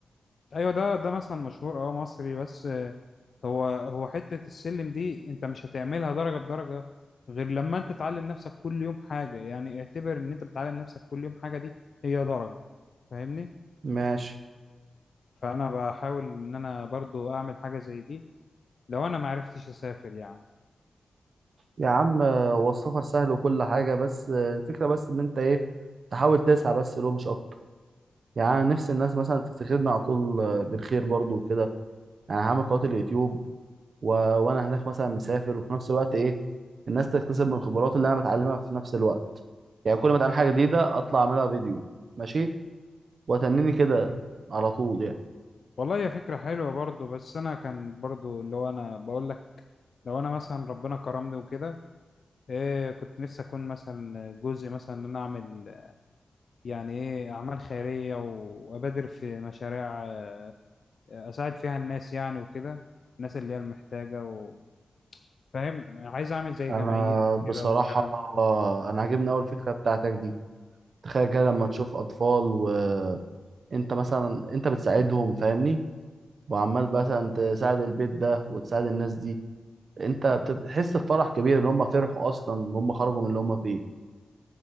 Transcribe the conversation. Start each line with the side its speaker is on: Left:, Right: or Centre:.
Left: ايوه ده ده مثلا مشهور اه مصري بس آه، هو هو حته السلم دي انت مش هتعملها درجه بدرجه غير لما انت تعلم نفسك كل يوم حاجه يعني اعتبر ان انت بتعلم نفسك كل يوم حاجه دي هي درجه فاهمني
Right: ماشي
Left: فانا بحاول ان انا برضو اعمل حاجه زي دي لو انا ما عرفتش اسافر يعني
Right: يا عم آه، هو السفر سهل وكل حاجه بس آه، الفكره بس ان انت ايه تحاول تسعى بس لو مش اكتر يعني أنا نفسي الناس مثلا تفتكرنا على طول آه، بالخير برضه وكده يعني هعمل قناه اليوتيوب و... وانا هناك مثلا مسافر وفي نفس الوقت ايه الناس تكتسب من خبرات اللي انا بتعلمها في نفس الوقت يعني كل ما اتعلم حاجه جديده اطلع اعملها فيديو ماشي وتنيني كده على طول يعني
Left: والله هي فكرة حلوة برضو بس انا كان برضو اللي هو انا بقول لك لو انا مثلا ربنا كرمني وكده إيه كنت نفسي اكون مثلا جزء مثلا ان انا اعمل يعني ايه اعمال خيرية وابادر في مشاريع آه، اساعد فيها الناس يعني وكده الناس اللي هي المحتاجة و... فاهم عايز اعمل زي
Right: انا
Left: جمعية كده
Right: بصراحه
Left: والكلام ده
Right: انا عاجبني اول فكره بتاعتك دي تخيل كده لما تشوف اطفال وانت مثلا انت بتساعدهم فاهمني وعمال مثلا تساعد البيت ده وتساعد الناس دي انت بتحس بفرح كبير ان هم فرحوا اصلا ان هم خرجوا من اللي هم فيه